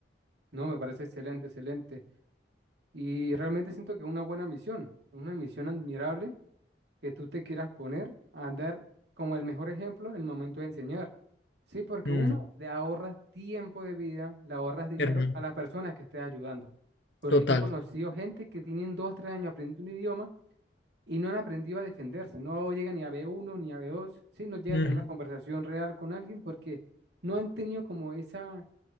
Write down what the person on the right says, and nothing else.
no, me parece excelente, excelente. Y realmente siento que es una buena misión, una misión admirable que tú te quieras poner a dar como el mejor ejemplo en el momento de enseñar. Sí, porque
uno le ahorras tiempo de vida, le ahorras dinero
a las personas que estés ayudando. Porque
yo he conocido gente que tienen dos, tres años aprendiendo un idioma y no han aprendido a defenderse. No llegan ni a b uno ni a b dos Sí, no llegan
a tener una conversación real con alguien porque no han tenido como esa,